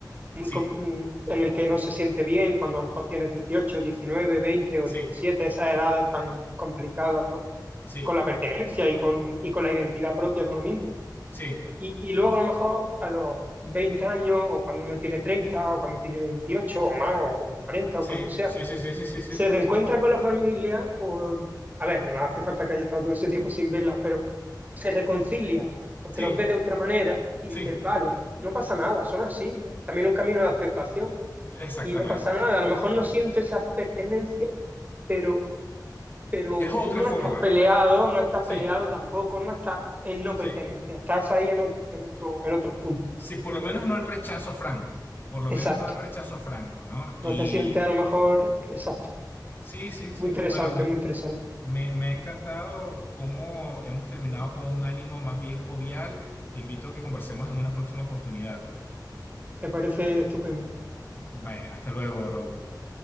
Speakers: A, on the right; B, on the left.
A: muy,
B: sí,
A: com- mm, en el que no se siente bien, cuando a lo mejor tienes 18 19 20 o
B: sí,
A: 17 esas edades tan complicadas, ¿no?
B: sí,
A: con la pertenencia y con, y con la identidad propia de uno mismo.
B: sí,
A: Y, y luego a lo mejor a los 20 años o cuando uno tiene 30 o cuando tiene 28 o más o con cuarenta
B: sí,
A: o cuando sea,
B: sí, sí, sí, sí, sí, sí,
A: se
B: sí,
A: reencuentra con la familia o, a ver, no hace falta que haya estado todo ese tiempo sin verla, pero se reconcilia porque
B: sí,
A: los ve de otra manera y
B: sí,
A: dices, vale, no pasa nada, son así, también un camino de aceptación
B: exactamente.
A: y no pasa nada, a lo mejor no siento esa pertenencia, pero pero
B: Es otra
A: no
B: forma.
A: estás peleado, no estás
B: Sí,
A: peleado tampoco, no estás en no
B: sí.
A: pertenencia, estás ahí en, o- en otro, en otro punto.
B: Sí, por lo menos no en rechazo franco, por lo
A: Exacto.
B: menos no en rechazo franco, ¿no? Y
A: No te sientes a lo mejor, exacto.
B: sí, sí, sí.
A: Muy interesante,
B: Bueno, me,
A: muy interesante.
B: me, me ha encantado cómo hemos terminado con un ánimo más bien jovial. Te invito a que conversemos en una próxima oportunidad.
A: Me parece estupendo.
B: Vaya, hasta luego, Raúl.